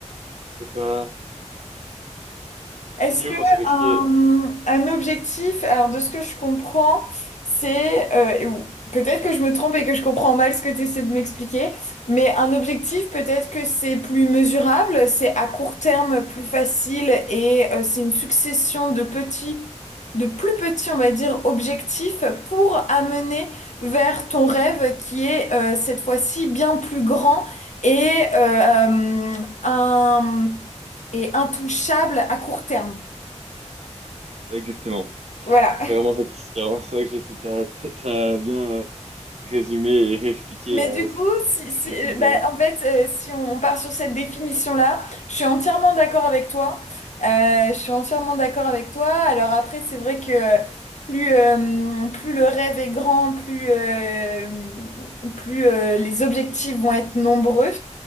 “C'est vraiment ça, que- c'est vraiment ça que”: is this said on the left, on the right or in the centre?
Right